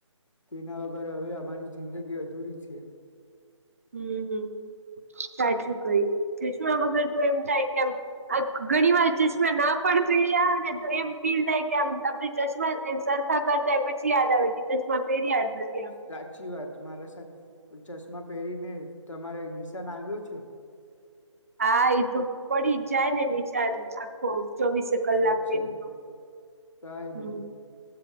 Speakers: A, on the left (about 75°); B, on the right (about 30°).
A: તેના વગર હવે અમારી જિંદગી અધૂરી છે.
B: હમ્મ હમ્મ સાચું કહ્યું ચશ્મા વગર તો એમ થાય કેમ આ ઘણી વાર ચશ્મા ના પણ પહેર્યા હોય ને તો એમ ફીલ થાય કે આમ આપડે ચશ્મા સરખા કરતાય પછી યાદ આવે કે ચશ્મા પહેર્યા જ ન
A: સાચી વાત માારાસા ચસ માં પહેરીને તમારે નિશાન આવ્યો છે.
B: હા એઈ તો પડી જ જાય ને નિશાન આખો ચોવીસે કલાક
A: સાચી
B: પેરુ તો
A: વાત કઈ
B: હમ
A: નહી